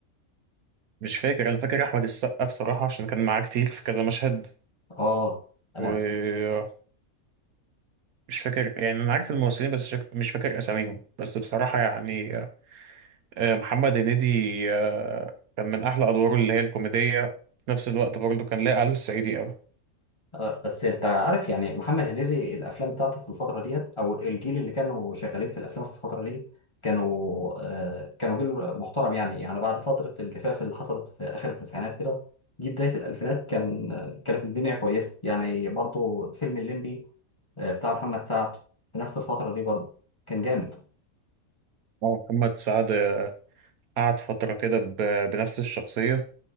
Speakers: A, on the right; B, on the left.
A: مش فاكر انا فاكر احمد السقا بصراحه عشان كان معاه كتير في كذا مشهد
B: اه انا
A: ومش فاكر يعني انا عارف الممثلين بس شك- مش فاكر اساميهم بس بصراحه يعني آه، محمد هنيدي آه، كان من احلى ادواره اللي هي الكوميديه في نفس الوقت برضه كان لاقي عليه الصعيدي قوي
B: آه، بس انت عارف يعني محمد هنيدي الافلام بتاعته في الفتره ديت او الجيل اللي كانوا شغالين في الافلام في الفتره دي كانوا آه، كانوا جيل محترم يعني يعني بعد فتره الجفاف اللي حصلت في اخر التسعينات كده جه بدايه الالفينات كان آه، كانت الدنيا كويسه يعني برضو فيلم الليمبي آه، بتاع محمد سعد في نفس الفتره دي برضو كان جامد
A: آه، محمد سعد قعد فتره كده ب- بنفس الشخصيه